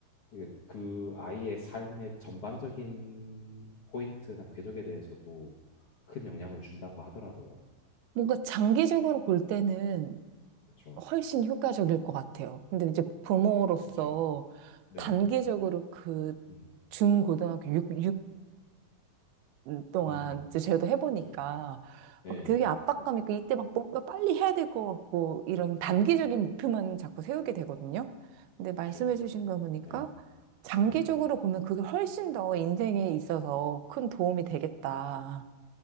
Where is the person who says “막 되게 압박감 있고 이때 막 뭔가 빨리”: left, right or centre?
Right